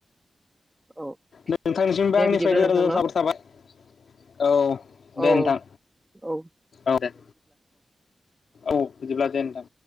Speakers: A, on the right; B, on the left.
A: औ
B: नोंथांनिसिमबो
A: दे
B: आंनिफ्राय
A: बिदिब्ला
B: रोजा
A: नोंथां
B: रोजा
A: न
B: साबायखर थाबाय औ
A: औ
B: दे
A: औ
B: नोंथां
A: औ
B: औ दे औ बिदिब्ला दे नोंथां